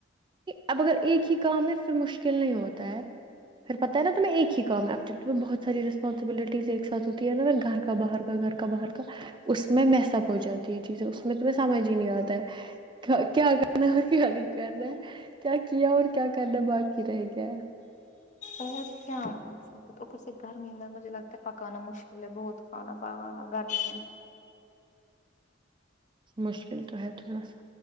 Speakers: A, on the right; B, on the left.
A: اب اگر ایک ہی کام ہے پھر مشکل نہیں ہوتا ہے پھر پت ہے نا تمہیں ایک ہی کام ہے اپ تمہیں بہت ساری رسپانسبلٹیز ایک ساتھ ہوتی ہے نا پھر گھر کا باہر کا گھر باہر کا اس میں میسپ ہو جاتی ہے یہ چیزیں اس میں تمہیں سمجھ ہی نہیں آتا ہے کیا کرنا ہے اور کیا نہیں کرنا کیا کیا اور کیا کرنا باقی رہ گیا
B: اور کیا ٹھیک ہے تو اوپھر سے گرمی میں مجھے لگتا ہے پکانا مشکل ہے بہت کھانا پکانا گرمی میں
A: مشکل تو ہے تھوڑا سا